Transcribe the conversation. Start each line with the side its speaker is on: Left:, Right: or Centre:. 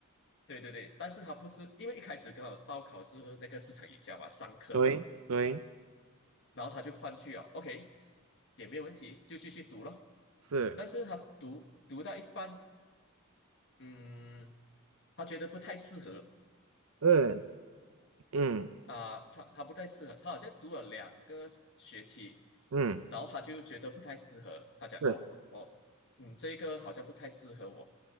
Left: 对对对，但是他不是因为一开始刚好报考是那个市场营销嘛，商科嘛，
Right: 对对，
Left: 然后他就换去啊，OK，也没有问题，就继续读了。
Right: 是，
Left: 但是他读读到一半，嗯，他觉得不太适合
Right: 嗯嗯
Left: 啊、他他不太适合，他好像读了两个学期，
Right: 嗯，
Left: 然后他就觉得不太适合，他讲哦，
Right: 是。
Left: 不哦，嗯，这个好像不太适合我，